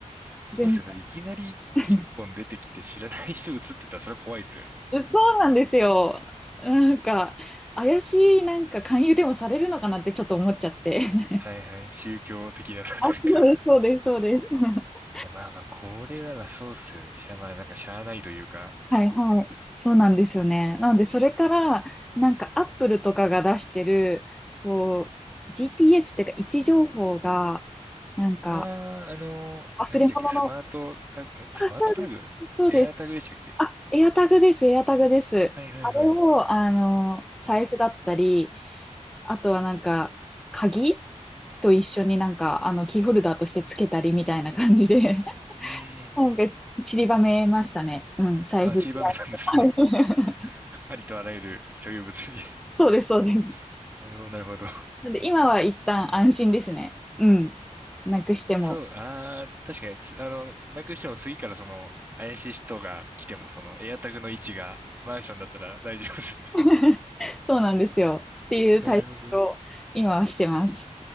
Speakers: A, on the right; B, in the centre.
A: そうですよね。
B: 全然。
A: いきなりピンポン出てきて知らない人映ってたらそれは怖いですよね。
B: <laughs> そうなんですよ。なんか、怪しい、なんか勧誘でもされるのかなってちょっと思っちゃって。
A: はいはい。
B: <laughs>
A: 宗教的な、<laughs> なんかい
B: あ、そうです、そうです、そうです。<laughs>
A: や、まあまあ、これはな、そうっすよね。しゃ、まあ、なんかしゃあないというか。
B: はいはい。そうなんですよね。なので、それから、なんか、アップルとかが出してる、こう、GPS っていうか、位置情報が、なんか、
A: ああ、あのー、
B: 忘れ物の、
A: 何でしたっけスマートタグ、んスマートタグエアータグでしたっけ
B: あそうです。あ、エアタグです、エアタグです。
A: はいはいはい。
B: あれを、あの、財布だったり、あとはなんか、鍵と一緒になんか、あの、キーホルダーとしてつけたりみたいな感じで、<laughs>
A: うーん。
B: なんか、散りばめましたね。うん、財布。
A: あ、散りばめたんですね。
B: は
A: <laughs>
B: い
A: ありとあらゆる所有物に。
B: <laughs> そうです、そうです。
A: <laughs> なるほど、なるほど。
B: なんで今は一旦安心ですね。うん。なくしても。
A: そう、ああ、確かにつ、あの、なくしても次からその、怪しい人が来ても、その、エアタグの位置がマンションだったら大丈夫ですね。
B: <laughs> そうなんですよ。っていう対策を今はしてます。
A: <laughs> なるほど。い